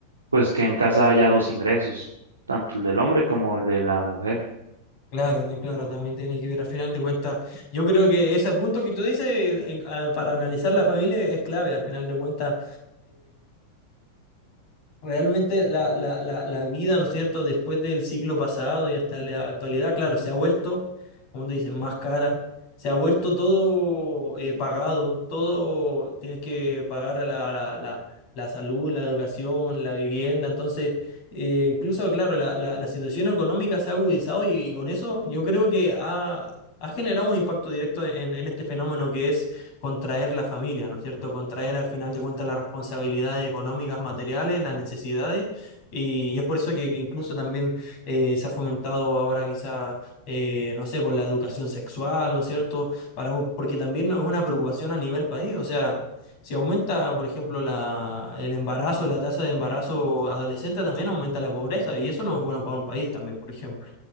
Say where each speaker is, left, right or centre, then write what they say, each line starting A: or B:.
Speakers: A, on the right (about 75°); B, on the left (about 45°).
A: pues que en casa haya dos ingresos, tanto el del hombre como el de la mujer.
B: Claro, te- claro, también tiene que ver al final de cuentas. Yo creo que ese punto que tú dices en- a- para analizar la familia es clave al final de cuentas. Realmente la, la, la, la vida, ¿no es cierto?, después del siglo pasado y hasta la actualidad, claro, se ha vuelto, como tú dices, más cara, se ha vuelto todo eh, pagado, todo tienes que pagar a la, la, la- la salud, la educación, la vivienda, entonces, eh, incluso, claro, la, la, la situación económica se ha agudizado y, y con eso yo creo que ha, ha generado un impacto directo en, en este fenómeno que es contraer la familia, ¿no es cierto? Contraer al final de cuentas las responsabilidades económicas, materiales, las necesidades. Y, y es por eso que incluso también eh, se ha fomentado ahora quizá, eh, no sé, por la educación sexual, ¿no es cierto? Para, porque también es una preocupación a nivel país, o sea... Si aumenta, por ejemplo, la, el embarazo, la tasa de embarazo adolescente, también aumenta la pobreza y eso no es bueno para un país también, por ejemplo.